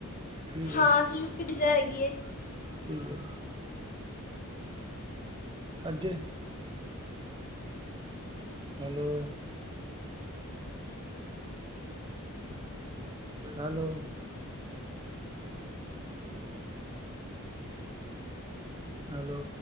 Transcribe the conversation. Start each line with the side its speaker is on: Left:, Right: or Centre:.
Right: ਠੀਕ ਹੈ
Left: ਹਾਂ ਸੁਜੂਕੀ ਡਿਜ਼ਾਇਰ ਹੈਗੀ ਹੈ।
Right: ਠੀਕ ਹੈ। ਅੱਗੇ ਹੈਲੋ ਹੈਲੋ ਹੈਲੋ